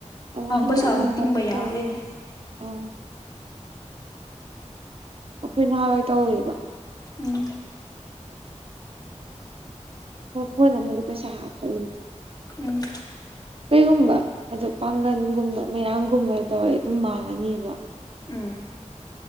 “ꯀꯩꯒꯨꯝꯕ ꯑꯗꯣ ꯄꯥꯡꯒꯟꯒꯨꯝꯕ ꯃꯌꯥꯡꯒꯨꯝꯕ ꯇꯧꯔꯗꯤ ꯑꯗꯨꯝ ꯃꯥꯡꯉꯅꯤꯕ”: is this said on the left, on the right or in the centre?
Right